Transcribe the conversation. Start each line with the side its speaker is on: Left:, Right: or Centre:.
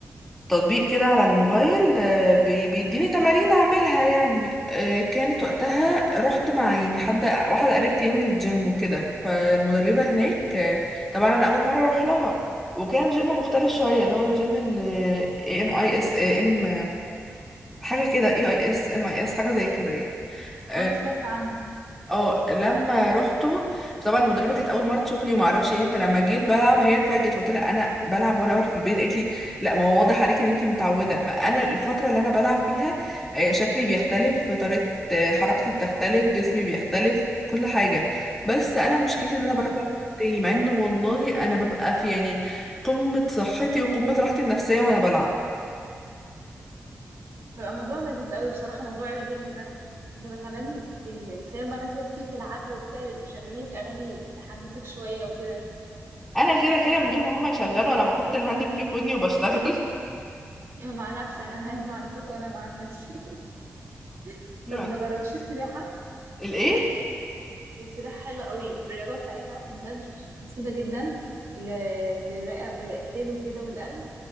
Centre: تطبيق كده على الموبايل آه، بي- بيديني
Right: مم.
Centre: تمارين اعملها يعني آه، كانت وقتها رحت مع يعني حد واحده قريبتي يعني الجيم وكده فالمدربه هناك آه، طبعا انا اول مره اروح لها وكان جيم مختلف شويه اللي هو الجيم اللي ام اي اس ام حاجه كده اي اي اس ام اي اس حاجه زي
Right: ايوه
Centre: كده يعني آه،
Right: اه انا سمعت عنه
Centre: اه لما روحته طبعا المدربه كانت اول مره تشوفني وما اعرفش ايه فلما جيت بلعب هي اتفاجئت فقلت لها انا بلعب وانا واقفه في البيت قالت لي لا ما هو واضح عليكي ان انت متعوده فانا الفتره اللي انا بلعب فيها آه، شكلي بيختلف طريقه آه، حركتي بتختلف جسمي بيختلف كل حاجه بس انا مشكلتي ان انا
Right: مم.
Centre: برجع تاني مع انه والله انا ببقى في يعني قمه صحتي وقمه راحتي النفسيه وانا بلعب
Right: بيبقى موضوع لذيذ قوي بصراحة موضوع الجيم ده بيبقى كمان بي- بتلاقي بقى انت بقى بتيجي بتلعبي وبتاع بيبقى شغالين لك اغاني تحمسك شويه وكده
Centre: انا كده كده من غير ما هم يشغلوا انا بحط الهاند فري في ودني وبشتغل
Right: مع نفسي انا <laughs> انت مع نفسك وانا مع نفسي <laughs>
Centre: <laughs>
Right: طب ما جربتش السباحة
Centre: الايه
Right: السباحة حلوة قوي الرياضة بتاعتها بجد مفيدة جدا ل- للرئة- للرئتين وكده والقلب